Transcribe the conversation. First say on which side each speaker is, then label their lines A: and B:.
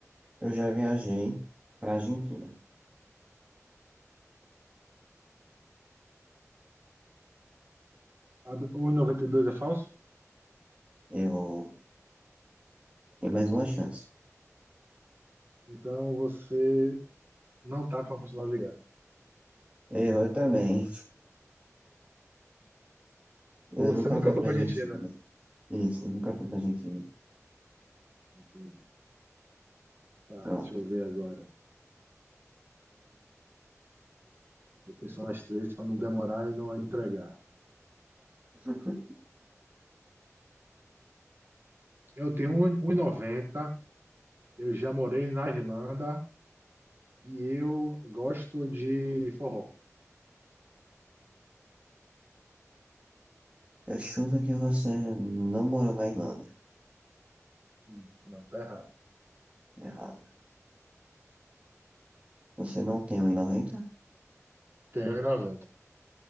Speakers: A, on the right; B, on the right.
A: eu já viajei para a Argentina.
B: A do- O 92 é falso?
A: Eu tenho mais uma chance.
B: Então você não tá com a constitucional ligada.
A: Eu também. Eu
B: Ou você
A: nunca
B: nunca
A: fui
B: foi
A: pra
B: pra
A: Argentina.
B: Argentina.
A: Isso,
B: Hum,
A: eu nunca fui pra Argentina.
B: entendi. tá,
A: Pronto.
B: deixa eu ver agora. Vou pensar nas três para não demorar e não entregar.
A: <laughs>
B: Eu tenho um 1,90. Eu já morei na Irlanda. E eu gosto de forró.
A: Eu chuto que você não morou na Irlanda.
B: Hum, Não, tá errado.
A: Errado. Você não tem 1,90?
B: Tenho um 1,90.